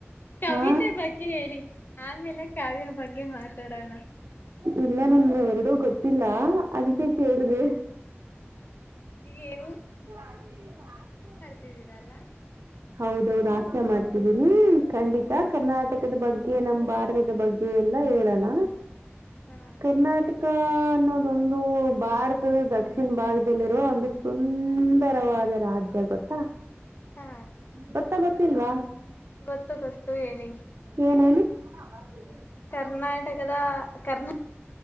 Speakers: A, on the left; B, on the right.
A: ಕವಿತೆ
B: ಹಾ
A: ಬಗ್ಗೆ ಹೇಳಿ ಆಮೇಲೆ ಕಾವ್ಯ ಬಗ್ಗೆ ಮಾತಾಡೋಣ
B: <inaudible> ಇಲ್ಲ ನನ್ಗೆ ಎರಡೂ ಗೊತ್ತಿಲ್ಲ. ಅದಕ್ಕೆ ಕೇಳ್ದೆ.
A: ಈ ಏನು
B: <unintelligible>
A: ಟ್ಟಿದ್ದೀರಲ್ಲ
B: ಹೌದೌದು ಹಾಸ್ಯ ಮಾಡ್ ಇದೀನಿ ಖಂಡಿತ ಕರ್ನಾಟಕದ ಬಗ್ಗ್ ಹೆ ನಮ್ ಭಾರತದ ಬಗ್ಗೆ ಎಲ್ಲಾ ಹೇಳೋಣ.
A: ಹಾ
B: ಕರ್ನಾಟಕ
A: ಸರಿ ಆಯ್ತು
B: ಅನ್ನೋದೊಂದು ಭಾರತದ ದಕ್ಷಿಣ ಭಾಗದಲ್ಲಿರೋ ಒಂದು ಸುಂದರವಾದ ರಾಜ್ಯ ಗೊತ್ತಾ.
A: ಹಾ
B: ಗೊತ್ತ ಗೊತ್ತಿಲ್ವಾ
A: ಗೊತ್ತು ಗೊತ್ತು ಹೇಳಿ
B: ಏನೇಳಿ? <unintelligible>
A: ಕರ್ನಾಟಕದ ಕರ್ನಾ